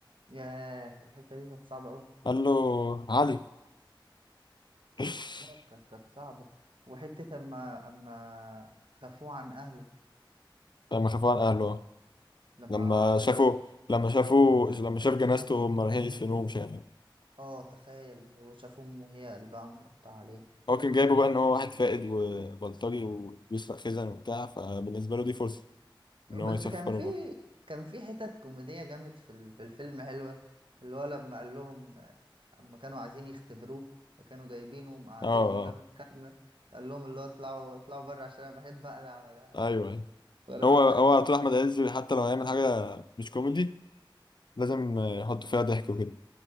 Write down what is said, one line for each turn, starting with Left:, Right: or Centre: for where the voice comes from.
Right: ياه الحته دي كانت صعبه قوي
Left: قال له علي <laughs>
Right: لا كانت كانت صعبه وحته اما اما خافوه عن اهله
Left: لما خافوا عن اهله
Right: لما
Left: لما
Right: عشان
Left: شافوا
Right: ي...
Left: لما شافوا لما شاف جنازته هم رايحين يدفنوه مش عارف إيه.
Right: اه تخيل هو شاف امه هي قلبها متقطع عليه
Left: هو كان جايبه بقى ان هو واحد فائد وبلطجي وبيسرق خزن وبتاع فبالنسبه له دي فرصه ان
Right: بس
Left: هو يسفره
Right: كان في
Left: بقى
Right: كان في حتت كوميدية جامد في ال- في الفيلم حلوة اللي هو لما قال لهم اما كانوا عايزين يختبروه فكانوا جايبينه ومقعدينه
Left: اه
Right: قدام
Left: اه
Right: الخ- قال لهم اللي هو اطلعوا اطلعوا بره عشان انا بحب اقلع ولا
Left: ايوه أيوة.
Right: ولا
Left: هو
Right: بفتح
Left: هو
Right: الخ...
Left: طول احمد عز حتى لو هيعمل حاجه مش كوميدي لازم يحط فيها ضحك وكده